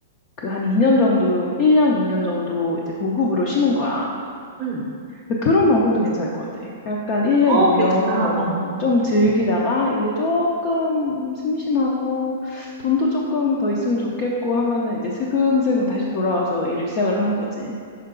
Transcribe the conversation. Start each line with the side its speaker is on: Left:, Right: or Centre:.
Left: 그 한 2년 정도, 1년, 2년 정도 이제 무급으로 쉬는 거야.
Right: 음.
Left: 그, 그런 방법도 괜찮을 것 같아. 약간 1년,
Right: 어,
Left: 2년
Right: 괜찮다. 어,
Left: 좀 즐기다가 이제 조금 심심하고 돈도 조금 더 있으면 좋겠고 하면은 이제 슬금슬금 다시 돌아와서 일을 시작을 하는 거지.